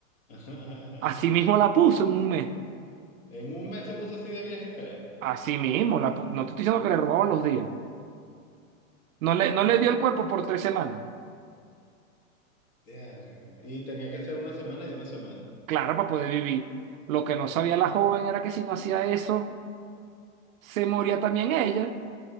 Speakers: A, on the left (about 45°); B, on the right (about 70°).
A: <laughs>
B: Así mismo la puso en un mes.
A: En un mes se puso así de vieja y fea.
B: Así mismo, la pu- no te estoy diciendo que le robaba los días. No le, no le dio el cuerpo por tres semanas.
A: Verga. Y tenía que ser una semana y una semana.
B: Claro, para poder vivir. Lo que no sabía la joven era que si no hacía eso, se moría también ella,